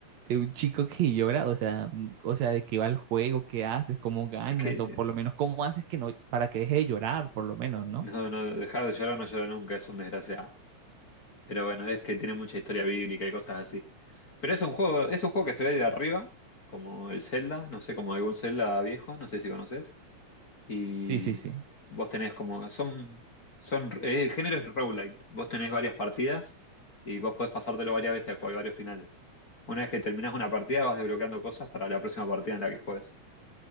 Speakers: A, on the right; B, on the left.
A: de un chico que llora, o sea, mm, o sea, de qué va el juego, qué haces, cómo ganas,
B: Es que
A: o
B: te-
A: por lo menos cómo haces que no, para que deje de llorar, por lo menos, ¿no?
B: no, no, dejar de llorar no llora nunca, es un desgraciado. Pero bueno, es que tiene mucha historia bíblica y cosas así. Pero es un juego, es un juego que se ve de arriba, como el Zelda, no sé, como algún Zelda viejo, no sé si conoces. Y
A: Sí, sí, sí.
B: vos tenés como, son, son, eh, el género es roguelite. Vos tenés varias partidas y vos podés pasártelo varias veces porque hay varios finales. Una vez que terminás una partida vas desbloqueando cosas para la próxima partida en la que juegues.